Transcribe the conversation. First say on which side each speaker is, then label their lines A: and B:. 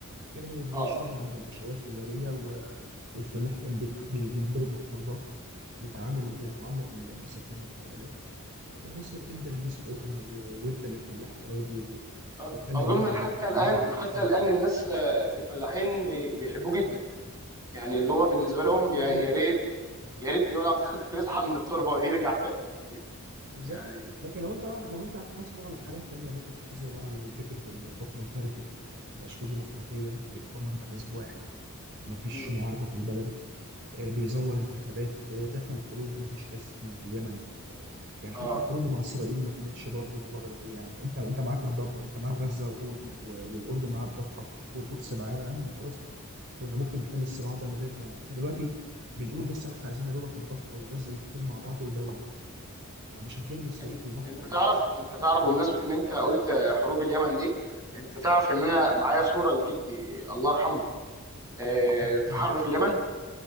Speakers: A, on the right; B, on the right.
A: كانوا بيشتغلوا
B: اه اه
A: عند الباشوات أجارية والفلاح كان بيتك- بي- بيتضرب بالكرباج بيتعامل يعني معاملة ال- أنا آسف يعني الحيوانات عبد الناصر ادى
B: مم.
A: للناس حقوقها و- وادى للفلاح أراضي و-
B: أظ-
A: وخلى
B: اظن
A: أولادهم
B: حتى
A: يتعلموا
B: الان حتى
A: واشتغلوا
B: الان الناس آه، في الفلاحين بي- بيحبوه جدا يعني اللي هو بالنسبه لهم
A: ما هو
B: يا
A: يعني
B: يا ريت يا ريت جمال عبد الناصر <laughs> يصحى من التربه ويرجع تاني
A: بالظبط
B: يعني
A: لكن لو انت بقى لو انت هتحاسبه على حاجات تانية ممكن تحاسبه بقى على فكرة الحكم الفردي ما يبقاش فيه ديمقراطية بيحكمك بحزب واحد ما فيش
B: مم.
A: معارضة في البلد آه، بيزور انتخابات آه، دخل حروب ملهاش لازمة في اليمن يعني
B: اه
A: حتى حروبه مع اسرائيل ما كانتش برضه مبرر قوي يعني انت انت معاك الض... انت معاك غزه وهم والاردن معاها الضفه والقدس معانا يا عم ما خلاص بقى كنا ممكن نحل الصراع ده من غير ما احنا دلوقتي بنقول بس احنا عايزين يا دوبك الضفه وغزه يكونوا مع بعض ودوله فمش هترمي اسرائيل
B: إن-
A: في البحر
B: انت
A: يعني
B: تعرف انت تعرف بمناسبه
A: فهو
B: ان انت قلت حروب اليمن دي انت تعرف ان انا معايا صوره لجدي الله يرحمه آه،
A: الله يرحمه
B: في حرب في اليمن